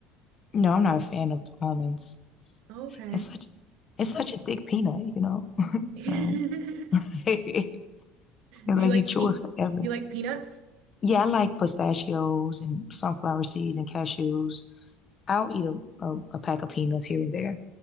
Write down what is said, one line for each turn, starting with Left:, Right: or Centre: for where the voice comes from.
Left: No, I'm not a fan of almonds.
Right: Oh, Okay.
Left: It's such it's such a thick peanut, you know.
Right: <laughs>
Left: <laughs> So
Right: Do
Left: <laughs> So
Right: you
Left: like
Right: like
Left: you chew
Right: pe do
Left: it forever.
Right: you like peanuts?
Left: Yeah, I like pistachios and sunflower seeds and cashews. I'll eat a, a, a pack of peanuts here and there.